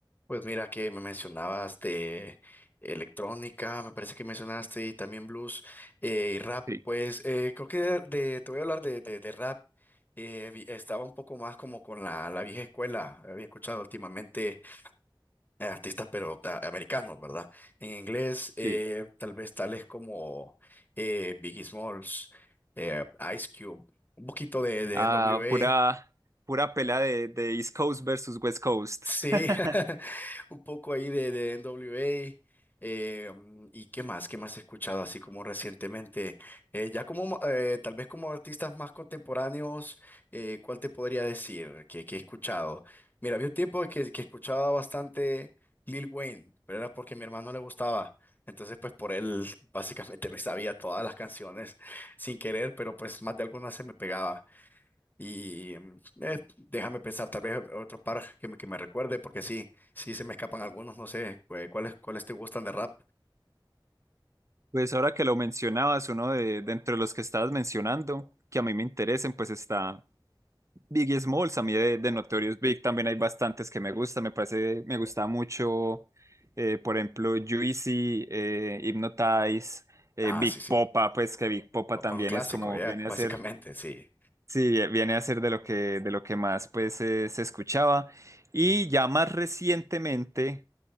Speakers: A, on the left (about 20°); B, on the right (about 35°).
A: Pues mira que me mencionabas de electrónica, me parece que mencionaste y también blues eh, y rap.
B: Sí,
A: Pues eh, creo que de, de- te voy a hablar de, de- de rap. Eh, vi- estaba un poco más como con la, la vieja escuela. Había escuchado últimamente eh, artistas, pero ta- americanos, ¿verdad? En inglés, eh,
B: sí.
A: tal vez tales como eh, Biggie Smalls, eh, Ice Cube, un poquito de, de
B: Ah,
A: NWA.
B: pura, pura pelea de, de East Coast versus West Coast.
A: Sí, <laughs>
B: <laughs>
A: un poco ahí de, de NWA. eh, mm, ¿y qué más? ¿Qué más he escuchado así como recientemente? Eh, ya como mo- eh, tal vez como artistas más contemporáneos, eh, ¿cuál te podría decir que, que he escuchado? Mira, había un tiempo que, que escuchaba bastante Lil Wayne, pero era porque a mi hermano le gustaba. Entonces, pues por él <laughs> básicamente me sabía todas las canciones sin querer, pero pues más de algunas se me pegaba. Y mm, eh, déjame pensar, tal vez otro par que me, que me recuerde, porque sí, sí se me escapan algunos, no sé, cu- ¿cuáles, cuáles te gustan de rap?
B: Pues ahora que lo mencionabas, uno de, de entre los que estabas mencionando, que a mí me interesen, pues está Biggie Smalls, a mí de, de Notorious Big también hay bastantes que me gustan, me parece, me gusta mucho, eh, por ejemplo, Juicy, eh, Hypnotize, eh,
A: Ah,
B: Big
A: sí, sí,
B: Popa, pues que Big Popa
A: papá
B: también
A: un clásico,
B: es como,
A: ya,
B: viene
A: <laughs> básicamente,
B: a ser,
A: sí.
B: sí, viene a ser de lo que, de lo que más pues eh, se escuchaba, y ya más recientemente...